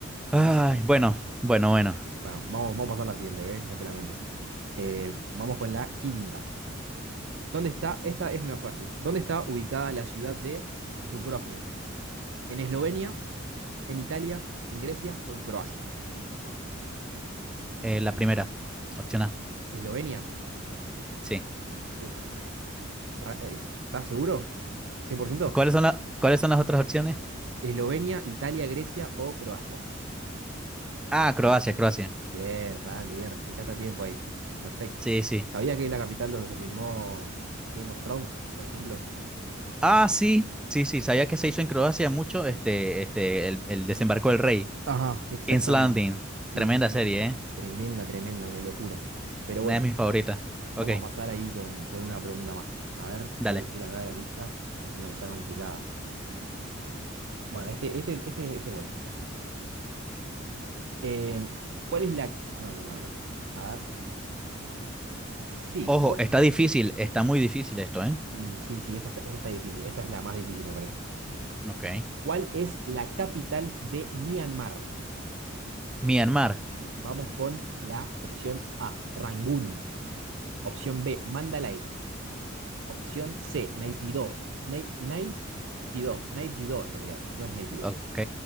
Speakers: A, in the centre; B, on the right.
A: Ay,
B: Más si-
A: bueno, bueno, bueno.
B: bueno, vamos, vamos a pasar a la siguiente, ¿ok? No te lamentes. Eh, vamos con la quinta. ¿Dónde está? Esta es medio fácil. ¿Dónde está ubicada la ciudad de Dubrovnik? ¿En Eslovenia? ¿En Italia? ¿En Grecia o en Croacia?
A: Eh, la primera, opción A.
B: ¿Eslovenia?
A: Sí.
B: Uf. Ra- ¿Estás seguro? ¿cien por ciento
A: ¿Cuáles son la- cuáles son las otras opciones?
B: ¿Eslovenia, Italia, Grecia o Croacia?
A: Ah, Croacia, Croacia.
B: Bien, Randy, bien, rectificaste a tiempo ahí. Perfecto.
A: Sí, sí.
B: ¿Sabía que es la capital donde se filmó Game of Thrones, por ejemplo?
A: Ah, sí, sí, sí, sabía que se hizo en Croacia mucho este, este, el, el desembarco del rey.
B: Ajá, exactamente.
A: King's Landing.
B: Sí,
A: Tremenda
B: sí, sí,
A: serie,
B: sí, sí,
A: ¿eh?
B: sí. Tremenda, tremenda, una locura. Pero bueno,
A: Una de mis favoritas.
B: vamos
A: Ok,
B: a pasar ahí con, con una pregunta más. A ver,
A: dale.
B: voy a elegir acá de la lista una que sea complicada. Bueno, este, este, este, este es bueno. Eh, ¿cuál es la...? No, no, no, no. A ver. Sí,
A: Ojo,
B: sí. ¿cuál-
A: está difícil, está muy difícil esto, ¿eh?
B: Mm, sí, sí, esta, está- esta está difícil. Esta es la más difícil, me parece.
A: Ok.
B: ¿Cuál es la capital de Myanmar?
A: Myanmar.
B: Y vamos con la opción A, Rangún. Opción B, Mandalay. Opción C, Naipidó. Nai- Naipidó, Naipjidó en realidad, no es Naipidó.
A: Ok.